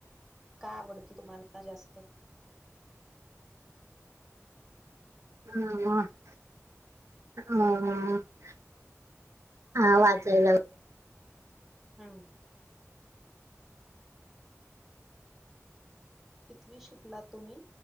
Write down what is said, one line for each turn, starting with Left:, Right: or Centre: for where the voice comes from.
Centre: काय आवडतं तुम्हाला जास्त?
Right: हा म हा. हा वाचायला
Centre: हम्म. कितवी शिकला तुम्ही?